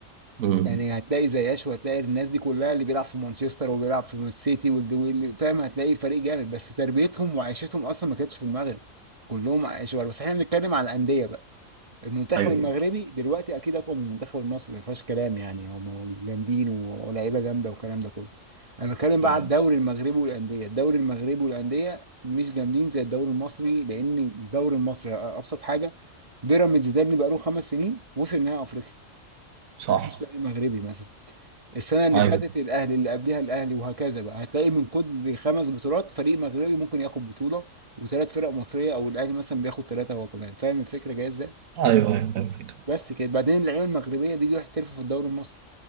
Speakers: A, on the right; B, on the right.
A: امم
B: يعني هتلاقي زي اشو هتلاقي الناس دي كلها اللي بيلعب في مانشستر وبيلعب في السيتي والد- واللي فاهم هتلاقي فريق جامد بس تربيتهم وعيشتهم اصلا ما كانتش في المغرب كلهم عايشوا بره. بس احنا بنتكلم على الانديه بقى المنتخب
A: ايوه
B: المغربي دلوقتي اكيد اقوى من المنتخب المصري ما فيهاش كلام يعني هم جامدين و- ولاعيبه جامده والكلام ده كله انا بتكلم بقى
A: أمم.
B: على الدوري المغربي والانديه الدوري المغربي والانديه مش جامدين زي الدوري المصري لان الدوري المصري ابسط حاجه بيراميدز ده اللي بقاله خمس سنين وصل نهائي افريقيا
A: صح
B: ما فيش فريق مغربي مثلا السنه اللي
A: ايوه
B: فاتت الاهلي اللي قبلها الاهلي وهكذا بقى هتلاقي من كل خمس بطولات فريق مغربي ممكن ياخد بطوله وثلاث فرق مصريه او الاهلي مثلا بياخد ثلاثه هو كمان فاهم الفكره جايه ازاي
A: ايوه ايوه فاهم الفكرة.
B: بس كده بعدين اللعيبه المغربيه بيجوا يحترفوا في الدوري المصري